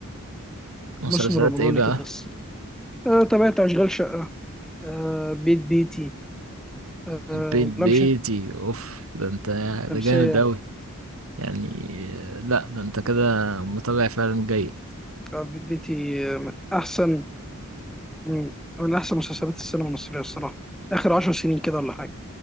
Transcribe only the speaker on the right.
مسلسلات
ايه بقى
البيت بيتي
اوف ده انت
ده جامد قوي يعني آه، لا ده انت كده متابع فعلا جيد